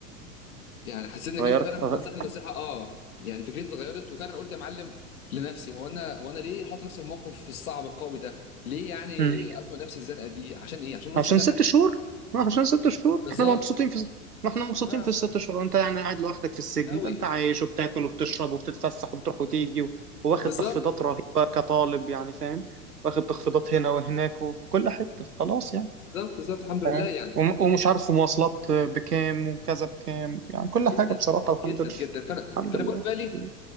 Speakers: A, on the left; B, on the right.
A: يعني حسيت انك
B: غيرك
A: انت فعلا بتنصحني
B: أغير.
A: نصيحه اه يعني فكرتي اتغيرت وفعلا قلت يا معلم لنفسي هو انا هو انا ليه احط نفسي في الموقف الصعب القوي ده ليه يعني
B: مم.
A: ازنق نفسي الزنقه دي عشان ايه عشان نص
B: عشان
A: سنه
B: ست شهور ما عشان ست شهور
A: بالظبط
B: احنا مبسوطين في ما احنا مبسوطين
A: اه
B: في الست شهور وانت يعني قاعد لوحدك في السجن
A: قوي
B: ده انت عايش وبتاكل وبتشرب وبتتفسح وبتروح وتيجي و... واخد
A: بالظبط
B: تخفيضات رهيبة كطالب يعني فاهم واخد تخفيضات هنا وهناك وفي كل حتة فخلاص يعني
A: بالظبط بالظبط الحمد لله
B: فاهم
A: يعني
B: وم- ومش عارف مواصلات بكام وكذا بكام يعني كل حاجة
A: جدا
B: بصراحة الحمد
A: جدا
B: لله
A: جدا فانا
B: الحمد
A: فانا
B: لله
A: بقول في بالي
B: م-